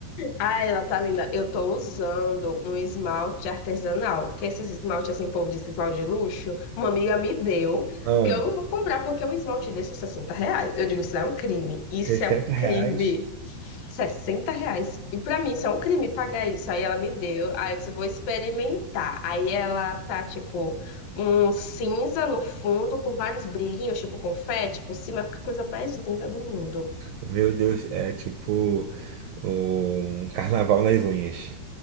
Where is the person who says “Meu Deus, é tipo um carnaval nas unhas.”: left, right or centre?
Right